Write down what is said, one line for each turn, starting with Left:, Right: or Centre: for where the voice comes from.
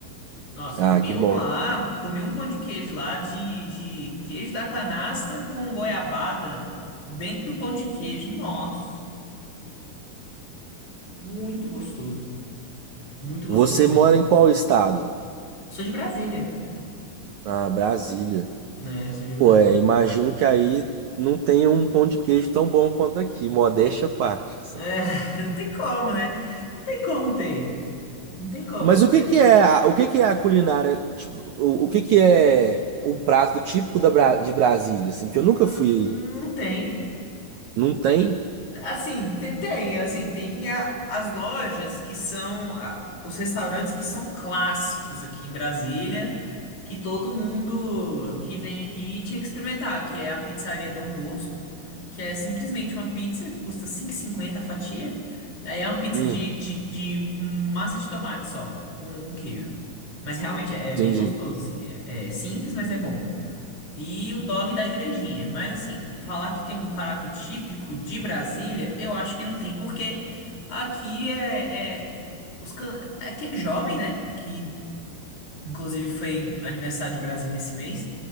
Left: Nossa,
Right: Ah,
Left: eu comi
Right: que
Left: um
Right: bom.
Left: lá, comi um pão de queijo lá de, de queijo da canastra com goiabada dentro do pão de queijo. Nossa, muito gostoso. Muito
Right: Você
Left: gostoso mesmo.
Right: mora em qual estado?
Left: Eu sou de Brasília,
Right: Ah, Brasília.
Left: né? Eu sou de Brasília.
Right: Pô, é, imagino que aí não tenha um pão de queijo tão bom quanto aqui, modéstia à parte, assim.
Left: É, <laughs> não tem como, né? Não tem como ter. Não tem como.
Right: Mas o que
Left: é,
Right: que é, a- o que que é a culinária, tipo, o, o que que é um prato típico da, Bra- de Brasília, assim, que
Left: hum,
Right: eu nunca fui aí.
Left: não tem.
Right: Não tem?
Left: Assim, te- tem, assim, tem a- as lojas que são a- os restaurantes que são clássicos aqui em Brasília, que todo mundo que vem aqui tinha que experimentar, que é a Pizzaria Dom Bosco, que é simplesmente uma pizza, custa 5,50 a fatia. Daí é uma pizza
Right: Hum,
Left: de, de, de um massa de tomate só, com um queijo. Mas realmente é,
Right: entendi.
Left: é bem gostoso, assim, é, é simples, mas é bom. E o dog da igrejinha. Mas assim, falar que tem um prato típico de Brasília, eu acho que não tem, porque aqui é, é- os can... aqui é jovem, né? Que inclusive foi aniversário de Brasília esse mês